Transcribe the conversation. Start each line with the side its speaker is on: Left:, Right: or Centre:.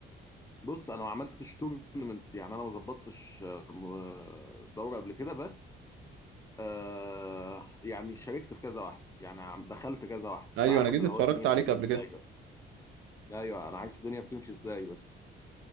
Left: بص انا ما عملتش تورنمنت يعني انا ما ظبطتش آه، م- دوره قبل كده بس آه يعني شاركت في كذا واحده يعني عم- دخلت كذا واحده
Right: ايوه
Left: فعارف
Right: انا جيت
Left: اللي
Right: اتفرجت
Left: هو الدنيا
Right: عليك
Left: بتمشي
Right: قبل كده
Left: ازاي بس ايوه انا عارف الدنيا بتمشي ازاي بس